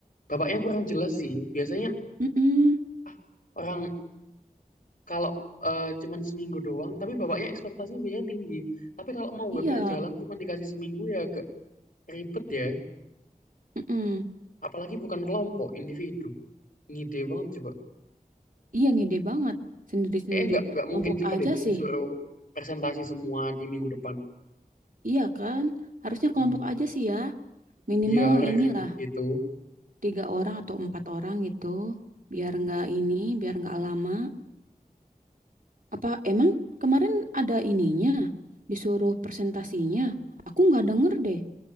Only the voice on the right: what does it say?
Mm-mm.
Iya,
mm-mm.
Iya ngide banget, sendiri-sendiri.
Kelompok
aja
sih,
iya kan? Harusnya kelompok
aja sih ya, minimal
inilah
tiga orang atau empat orang gitu, biar nggak ini, biar nggak lama. Apa emang kemarin ada ininya? Disuruh presentasinya? Aku nggak denger deh.